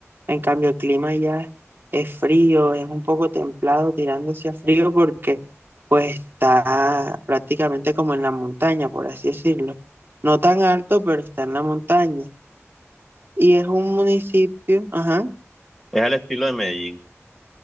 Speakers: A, on the right; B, in the centre.
A: en cambio el clima ya es frío, es un poco templado, tirándose a frío porque pues está prácticamente como en la montaña, por así decirlo. No tan alto, pero está en la montaña. y es un municipio, ajá,
B: Es al estilo de Medellín.